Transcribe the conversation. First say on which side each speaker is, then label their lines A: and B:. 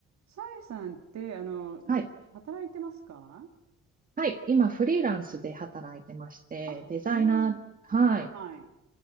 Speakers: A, on the right; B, on the right.
A: さえさんって、あの、
B: はい。
A: 働いてますか
B: はい。今、フリーランスで働いてまして、
A: あ、
B: デザイナー、
A: そう。
B: はい。
A: はい。